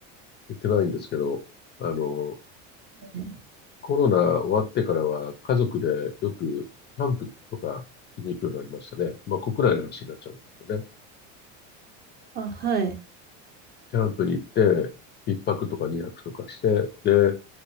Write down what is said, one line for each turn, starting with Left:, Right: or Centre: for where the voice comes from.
Left: 行ってないんですけど、あの、
Right: はい
Left: コロナ終わってからは家族でよくキャンプとかに行くようになりましたね。まあ国内の話になっちゃうんですよね。
Right: あ、はい。
Left: キャンプに行って、一泊とか二泊とかして、で、